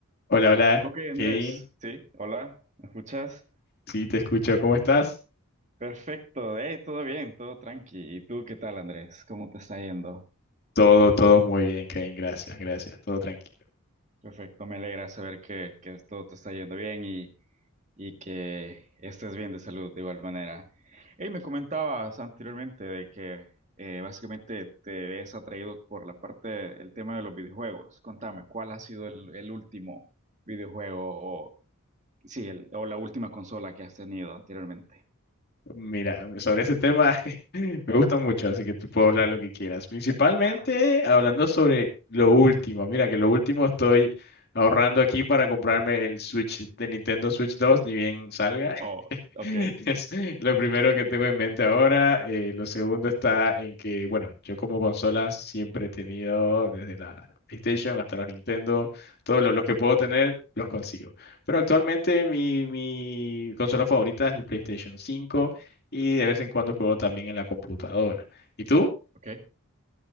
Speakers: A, on the left; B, on the right.
A: Hola, hola,
B: Ok, Andrés,
A: Kevin.
B: sí, hola, ¿me escuchas?
A: Sí, te escucho. ¿Cómo estás?
B: Perfecto, hey, todo bien, todo tranqui. ¿Y tú qué tal, Andrés? ¿Cómo te está yendo?
A: Todo, todo muy bien, Kevin. Gracias, gracias. Todo tranquilo.
B: Perfecto, me alegra saber que, que todo te está yendo bien y, y que estés bien de salud de igual manera. Hey, me comentabas anteriormente de que eh, básicamente te ves atraído por la parte del tema de los videojuegos. Contame, ¿cuál ha sido el, el último videojuego o, sí, el- o la última consola que has tenido anteriormente?
A: Mira, sobre ese tema <laughs> me gusta mucho, así que tú puedo hablar lo que quieras. Principalmente
B: Claro.
A: hablando sobre lo último. Mira, que lo último estoy ahorrando aquí para comprarme el Switch de Nintendo Switch 2, ni bien salga. <laughs>
B: Oh, ok,
A: Es lo primero que tengo en mente ahora. Eh, lo segundo está en que, bueno, yo como consolas siempre he tenido desde la PlayStation hasta la Nintendo, todos los, los que puedo tener los consigo. Pero actualmente mi, mi consola favorita es el PlayStation 5 y de vez en cuando juego también en la computadora. ¿Y tú?
B: ok.